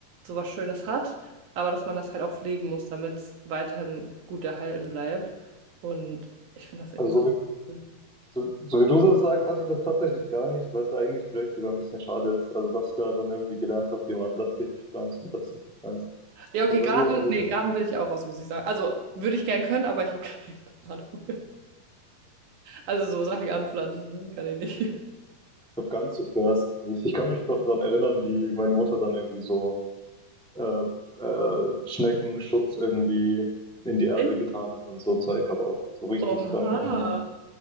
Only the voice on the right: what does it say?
sowas Schönes hat, aber dass man das halt auch pflegen muss, damit es weiterhin gut erhalten bleibt. Und ich finde das irgendwie
so
cool.
Ja, okay,
Garten,
nee, Garten will ich auch raus, muss ich sagen. Also würde ich gern können, aber ich habe <laughs> keine Ahnung. Also so Sachen anpflanzen, das kann ich nicht.
Echt?
Oha.